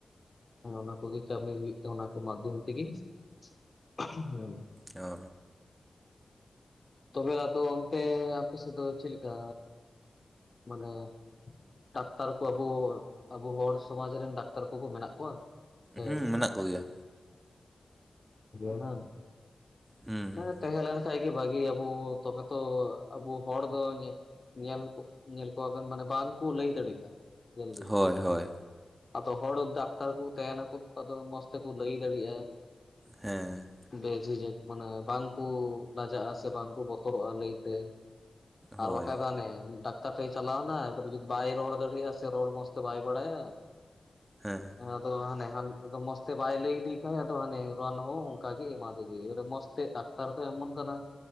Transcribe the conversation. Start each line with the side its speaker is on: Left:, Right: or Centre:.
Left: ᱦᱮᱸ ᱚᱱᱟ ᱠᱚᱜᱮ ᱠᱟᱹᱢᱤ ᱦᱩᱭᱩᱜ ᱛᱮ ᱚᱱᱟ ᱠᱚ ᱢᱟᱫᱽᱫᱷᱚᱢ ᱛᱮᱜᱮ ᱦᱮᱸ
Right: ᱚ
Left: ᱛᱚᱵᱮ ᱟᱫᱚ ᱚᱱᱛᱮ ᱟᱯᱮ ᱥᱮᱫ ᱫᱚ ᱪᱮᱫ ᱞᱮᱠᱟ᱾ ᱢᱟᱱᱮ ᱰᱟᱠᱛᱟᱨ ᱠᱚ ᱟᱵᱩ ᱟᱵᱩ ᱦᱚᱲ ᱥᱚᱢᱟᱡᱽ ᱨᱮᱱ ᱰᱟᱠᱛᱟᱨ ᱠᱚᱠᱚ ᱢᱮᱱᱟᱜ ᱠᱚᱣᱟ ᱥᱮ
Right: ᱦᱩᱸ
Left: ᱵᱟᱪᱩᱜ
Right: ᱢᱮᱱᱟᱜ ᱠᱚᱜᱮᱭᱟ
Left: ᱢᱮᱱᱟᱜ <unintelligible>
Right: ᱦᱩᱸ
Left: ᱦᱮᱸ ᱛᱟᱦᱮᱸ ᱞᱮᱱᱠᱷᱟᱡ ᱜᱮ ᱵᱷᱟᱹᱜᱤ ᱟᱵᱚ ᱛᱚᱵᱮ ᱛᱚ ᱟᱵᱚ ᱦᱚᱲ ᱫᱚ ᱧᱮᱞ ᱧᱮᱞ ᱠᱚᱣᱟᱵᱮᱱ ᱢᱟᱱᱮ ᱵᱟᱝᱠᱚ ᱞᱟᱹᱭ ᱫᱟᱲᱮᱭᱟᱜ᱾ ᱡᱚᱞᱫᱤ
Right: ᱦᱳᱭ ᱦᱳᱭ
Left: ᱟᱫᱚ ᱦᱚᱲ ᱫᱟᱜ ᱰᱟᱠᱛᱟᱨ ᱠᱚ ᱛᱟᱦᱮᱱᱟᱠᱚ ᱟᱫᱚ ᱢᱚᱸᱡᱽ ᱛᱮᱠᱚ ᱞᱟᱹᱭ ᱫᱟᱲᱮᱭᱟᱜᱼᱟ ᱾
Right: ᱦᱮᱸ
Left: ᱵᱮ ᱡᱷᱤᱡᱟᱹᱠ ᱢᱟᱱᱮ ᱵᱟᱝᱠᱚ ᱞᱟᱡᱟᱜᱼᱟ ᱥᱮ ᱵᱟᱝᱠᱚ ᱵᱚᱛᱚᱨᱚᱜᱼᱟ ᱞᱟᱹᱭᱛᱮ ᱾
Right: ᱦᱳᱭ
Left: ᱟᱨ ᱵᱟᱠᱷᱟᱡ ᱫᱚ ᱦᱟᱱᱮ ᱰᱟᱠᱛᱟᱨ ᱴᱷᱮᱡ ᱮ ᱪᱟᱞᱟᱣᱱᱟ ᱵᱟᱭ ᱨᱚᱲ ᱫᱟᱲᱮᱜ ᱟᱥᱮ ᱨᱟᱲ ᱢᱚᱡᱽ ᱛᱮ ᱵᱟᱭ ᱵᱟᱲᱟᱭᱟ ᱾
Right: ᱦᱮᱸ
Left: ᱟᱫᱚ ᱦᱟᱱᱛᱮ ᱢᱚᱸᱡᱽ ᱛᱮ ᱵᱟᱭ ᱞᱟᱹᱭ ᱤᱫᱮ ᱠᱷᱟᱡᱫᱚ ᱦᱟᱱᱮ ᱨᱟᱱ ᱦᱚᱸ ᱚᱱᱠᱟ ᱜᱮ ᱮᱢᱟᱫᱮ ᱜᱮ ᱾ ᱮᱫ ᱰᱟᱠᱛᱟᱨ ᱛᱚ ᱮᱢᱚᱱ ᱠᱟᱱᱟ?